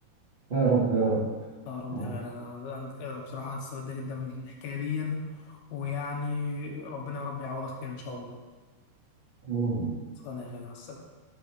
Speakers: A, on the right; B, on the left.
A: يا رب يا رب
B: لا يا رب
A: يا
B: يا
A: رب.
B: غالي انا انا بصراحه استفدت جدا من الحكايه دي ويعني ربنا يا رب يعوضك خير ان شاء الله
A: اللهم
B: صانع يا غالي مع السلامه